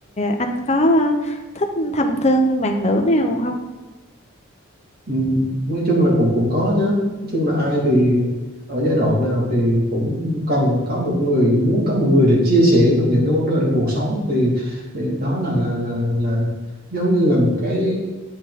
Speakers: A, on the left; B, on the right.
A: anh có thích thầm thương bạn nữ nào không
B: Ừ, nói chung là cũng cũng có chứ nói chung là ai thì ở giai đoạn nào thì cũng cần có một người muốn có một người để chia sẻ trong những cái vấn đề trong cuộc sống thì, thì đó là là là là giống như là một cái